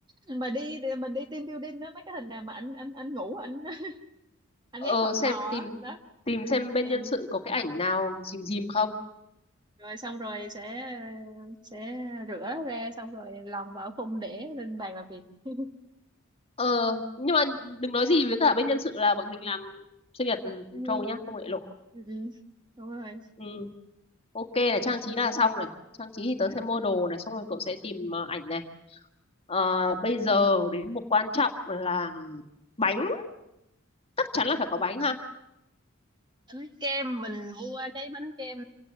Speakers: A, on the right; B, on the left.
A: <clears throat> mà đi đi- mình đi team building đó mấy cái hình nào mà ảnh ảnh ảnh ngủ ảnh <laughs> ảnh
B: ờ
A: ấy khò
B: xem
A: khò
B: tìm
A: á, đó
B: tìm xem bên
A: tìm
B: nhân sự có cái ảnh nào dìm dìm không
A: rồi xong rồi sẽ sẽ rửa ra xong rồi lòng vào khung để lên bàn làm việc <laughs>
B: ờ nhưng mà đừng nói gì với cả bên nhân sự là bọn mình làm sinh nhật
A: ừ,
B: cho ông ấy nhá không để lộ
A: ừ, ừ, đúng rồi
B: ừ ok này trang trí là xong này trang trí thì tớ sẽ mua đồ này xong rồi cậu sẽ tìm ờ, ảnh này ờ, bây giờ đến một quan trọng là bánh chắc chắn là phải có bánh ha
A: bánh kem mình mua cái bánh kem